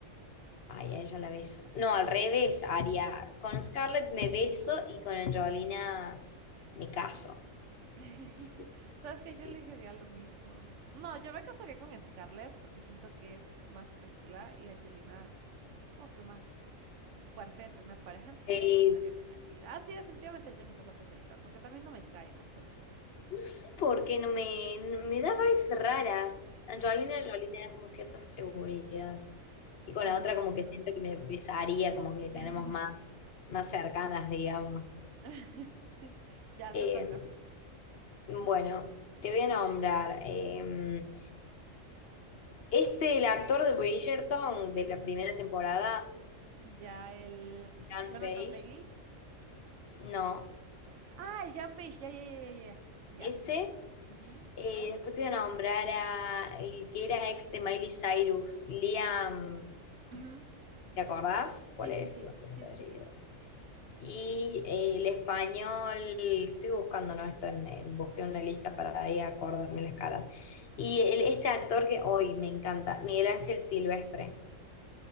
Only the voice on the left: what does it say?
Ay, a ella la beso. No, al revés, Aria. Con Scarlett me beso y con Angelina me caso.
Sí,
sí.
Sí,
No sé por qué no me, no- me da vibes raras. Angelina
Jolie me da como cierta seguridad. Y con
la otra
como que
siento que me besaría, como que
tenemos más, más cercanas, digamos.
Eh,
bueno, te voy a nombrar. eh, este, el actor de Bridgerton de la primera temporada,
John
Page.
No,
ese.
Eh, después te voy a nombrar a el que era ex de Miley Cyrus, Liam.
¿Te acordás cuál
es?
No sé el
apellido.
Y eh, el español, estoy buscando, ¿no? Esto en, en- busqué una lista para ahí acordarme las caras. Y el- este actor que hoy me encanta, Miguel Ángel Silvestre.